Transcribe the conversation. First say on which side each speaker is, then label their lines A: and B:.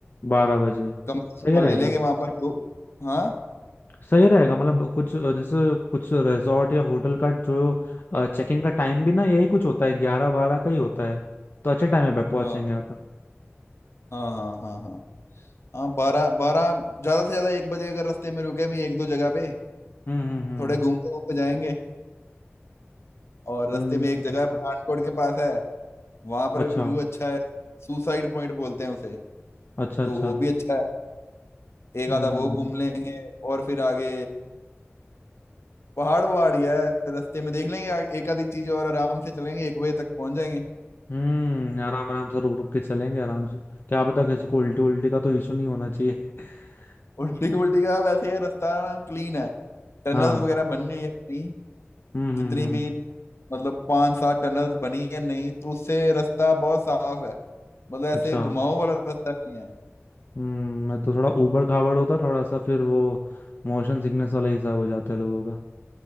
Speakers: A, on the left; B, on the left.
A: बारह बजे
B: कम से
A: सही
B: कम
A: रहेगा
B: ले लेंगे वहां पर दो हाँ
A: सही रहेगा मतलब कुछ अ, जैसे कुछ रिजॉर्ट या होटल का जो चेक इन का टाइम भी ना यही कुछ होता है ग्यारह बारह का ही होता है तो अच्छे टाइम पे पहुंचेंगे
B: हाँ
A: अपन
B: हाँ हाँ हाँ हाँ हाँ बारह बारह ज्यादा से ज्यादा एक बजे अगर रास्ते में रुके भी एक दो जगह पे
A: हम्म हम्म
B: थोड़े घूमते घूमते जाएंगे और रास्ते
A: हम्म
B: में एक
A: हम्म,
B: जगह है पठानकोट के पास है वहां पर
A: अच्छा
B: एक व्यू अच्छा है सुसाइड पॉइंट बोलते हैं उसे
A: अच्छा अच्छा
B: तो वो भी अच्छा है एक
A: हम्म
B: आधा वो घूम लेंगे और फिर आगे पहाड़ वहाड़ ही है रास्ते में देख लेंगे आ- एक आधी चीज और आराम से चलेंगे एक बजे तक पहुंच जाएंगे <laughs>
A: हम्म आराम आराम से रुक रुक के चलेंगे आराम से क्या पता किसी को उल्टी उल्टी का तो इशू नहीं होना चाहिए <laughs>
B: उल्टी उल्टी का वैसे ये रास्ता क्लीन है टनल्स
A: हाँ
B: वगैरह बन गई है नहीं
A: हम्म हम्म
B: जितनी
A: हम्म
B: भी मतलब पांच सात टनल्स बनी है नहीं तो उससे रास्ता बहुत साफ है मतलब ऐसे
A: अच्छा
B: घुमाऊ वाला रास्ता नहीं है
A: हम्म मैं तो थोड़ा ऊबड़ खाबड़ होता थोड़ा सा फिर वो मोशन सिकनेस वाला हिसाब हो जाता है लोगों का